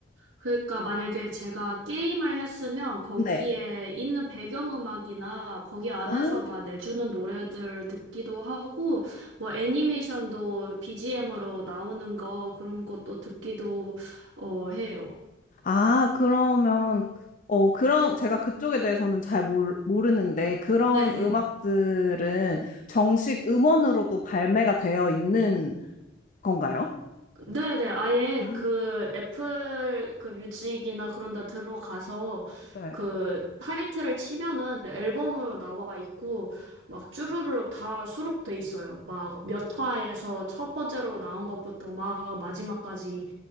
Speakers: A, on the right (about 70°); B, on the left (about 40°).
A: 그러니까 만약에 제가 게임을 했으면 거기에
B: 네.
A: 있는 배경음악이나 거기 안에서
B: 아,
A: 막 내주는 노래들 듣기도 하고 뭐 애니메이션도 BGM으로 나오는 거 그런 것도 듣기도 어 해요.
B: 아, 그러면, 어, 그런, 제가 그쪽에 대해서는 잘 몰, 모르는데, 그런
A: 네.
B: 음악들은 정식 음원으로도 발매가 되어 있는 건가요?
A: 네네, 아예
B: 아,
A: 그 애플 그 뮤직이나 그런 데 들어가서
B: 네.
A: 그 타이틀을 치면은 앨범으로 나와 있고 막 쭈루룩 다 수록돼 있어요. 막 몇 화에서 첫 번째로 나온 것부터 막 마지막까지